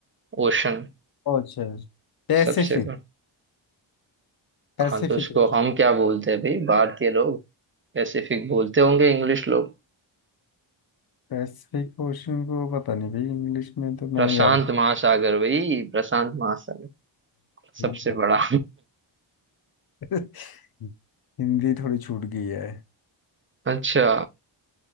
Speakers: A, on the right (about 25°); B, on the left (about 50°).
A: ओशन
B: अच्छा Pacific
A: सबसे बड़ा
B: Pacific
A: हाँ तो उसको
B: ocean
A: हम क्या बोलते हैं भाई भारतीय लोग पैसिफिक बोलते होंगे इंग्लिश लोग
B: Pacific ocean को पता नहीं भाई इंग्लिश में तो
A: प्रशांत
B: मैंने याद
A: महासागर भाई प्रशांत महासागर सबसे
B: मतलब
A: बड़ा
B: <laughs> हिंदी थोड़ी छूट गई है
A: <laughs> अच्छा